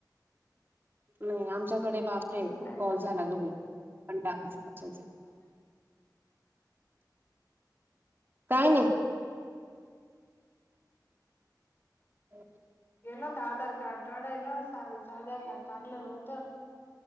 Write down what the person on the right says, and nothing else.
नाही आमच्याकडे बापरे!
खूप
पाऊस झाला ग बाई कंटाळा आला पावसाचा.
काय नाही. हो